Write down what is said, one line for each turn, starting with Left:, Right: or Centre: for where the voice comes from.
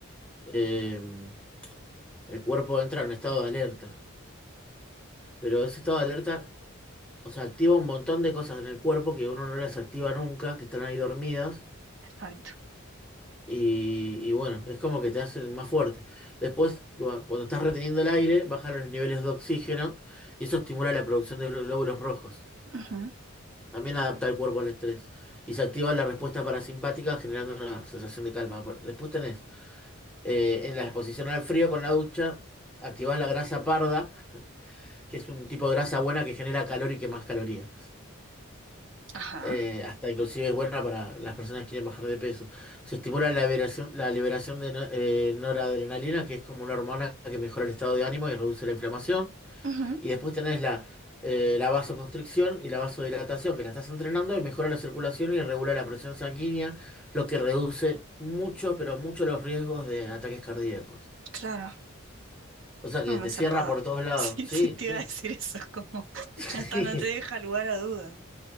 Centre: eh, el cuerpo entra en un estado de alerta. Pero ese estado de alerta, o sea, activa un montón de cosas en el cuerpo que uno no las activa nunca, que están ahí dormidas
Right: Exacto.
Centre: Y, y bueno, es como que te hacen más fuerte. Después, cua- cuando estás reteniendo el aire, bajan los niveles de oxígeno y eso estimula la producción de gló- glóbulos rojos.
Right: Ujú,
Centre: También adapta el cuerpo al estrés. Y se activa la respuesta parasimpática generando una sensación de calma. Bueno, después tenés eh, en la exposición al frío con la ducha, activás la grasa parda, que es un tipo de grasa buena que genera calor y que más calorías.
Right: Ajá.
Centre: Eh, hasta inclusive es buena para las personas que quieren bajar de peso. Se estimula la liberación, la liberación de no- eh, noradrenalina, que es como una hormona que mejora el estado de ánimo y reduce la inflamación.
Right: ujú,
Centre: Y después tenés la, eh, la vasoconstricción y la vasodilatación, que la estás entrenando y mejora la circulación y regula la presión sanguínea, lo que reduce mucho, pero mucho los riesgos de ataques cardíacos.
Right: Claro.
Centre: O sea
Right: No,
Centre: que
Right: me
Centre: te
Right: zarpada.
Centre: cierra por todos
Right: <laughs>
Centre: lados.
Right: Sí,
Centre: Sí,
Right: sí, te
Centre: sí.
Right: iba a decir eso, como <laughs>
Centre: <laughs>
Right: ya está, no te deja lugar a duda.